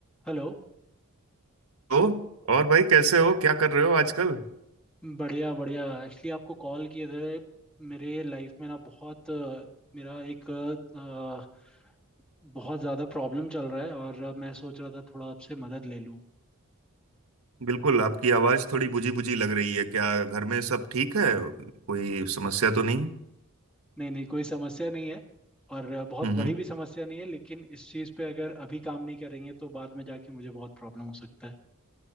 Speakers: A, in the centre; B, on the right.
A: हेलो
B: तो और भाई कैसे हो क्या कर रहे हो आजकल
A: बढ़िया बढ़िया एक्चुअली आपको कॉल किए थे मेरे लाइफ में ना बहुत अ, मेरा एक अ, बहुत ज़्यादा प्रॉब्लम चल रहा है और अ, मैं सोच रहा था थोड़ा आपसे मदद ले लूँ
B: बिल्कुल आपकी आवाज थोड़ी बुझी बुझी लग रही है क्या घर में सब ठीक है कोई समस्या तो नहीं
A: नहीं नहीं कोई समस्या नहीं है और अ, बहुत
B: हम्म
A: बड़ी
B: हम्म,
A: भी समस्या नहीं है लेकिन इस चीज़ पे अगर अभी काम नहीं करेंगे तो बाद में जाके मुझे बहुत प्रॉब्लम हो सकता है